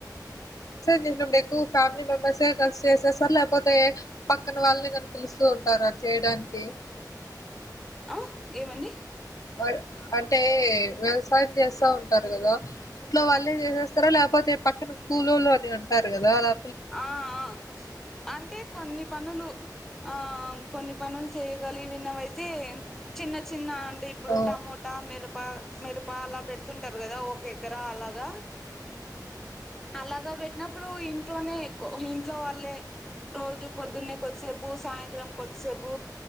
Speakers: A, on the left; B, in the centre.
A: నేను రేపు ఎక్కువ ఫ్యామిలీ మెంబర్సే కలిసి చేసేస్తా లేకపోతే పక్కన వాళ్ళని కనిపిలుస్తూ ఉంటారా చేయడానికి
B: ఆ ఏమండి
A: ఆక్ అంటే వ్యవసాయం చేస్తా ఉంటారు కదా ఇంట్లో వాళ్ళే చేసేస్తారా లేకపోతే పక్కన కూలోళ్ళు అని ఉంటారు కదాఅలా
B: ఆ ఆ అంటే కొన్ని పనులు ఆ కొన్ని పనులు చేయగలి విన్నవైతే చిన్న చిన్న టే ఇప్పుడు
A: ఆ
B: టమోటా మిరప ప మిరప అలా పెడుతుంటారు కదా ఒక ఎకరా అలాగా అలాగా పెట్టినప్పుడు ఇ ట్లోనే ఇంట్లో వాళ్లేే రోజు పొద్దున్నే కొద్దిసేపు సాయంత్రం కొద్దిసేపు